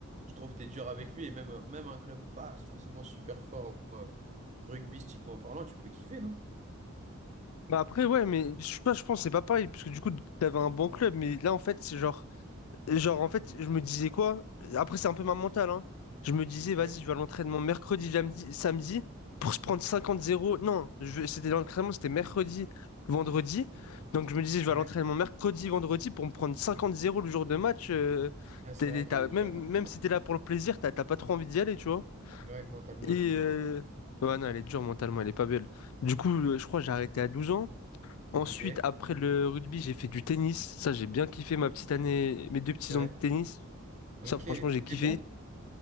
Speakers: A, on the right (about 35°); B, on the left (about 80°).
A: je trouve que t'es dur avec lui. Et même, même un club pas forcément super fort euh, rugbystiquement parlant, tu peux kiffer, non?
B: Bah après, ouais, mais je sais pas, je pense que c'est pas pareil, parce que du coup, t'avais un bon club, mais là, en fait, c'est genre, genre, en fait, je me disais quoi? Après, c'est un peu ma mentale, hein. Je me disais,
A: Ouais,
B: vas-y, je vais à l'entraînement mercredi, jamdi- samedi, pour se prendre cinquante zéro Non, je- c'était l'entraînement, c'était mercredi, vendredi. Donc, je me disais, je
A: ouais.
B: vais à l'entraînement mercredi, vendredi, pour me prendre cinquante zéro le jour de match. euh,
A: Ah, c'est
B: t'es-
A: vrai qu'elle
B: t'as-
A: est dure
B: même,
A: mentalement.
B: même si t'es là pour le plaisir, t'as t'as pas trop envie d'y aller, tu vois.
A: C'est vrai que mentalement,
B: Et,
A: elle est dure,
B: euh,
A: ouais.
B: ouais, non, elle est dure mentalement, elle est pas belle. Du coup, euh, je crois que j'ai arrêté à 12 ans. Ensuite,
A: Ok,
B: après le rugby, j'ai fait du tennis. Ça, j'ai bien kiffé ma petite année, mes deux petits
A: ouais.
B: ans de tennis.
A: Ok,
B: Ça, franchement, j'ai
A: t'étais
B: kiffé.
A: bon?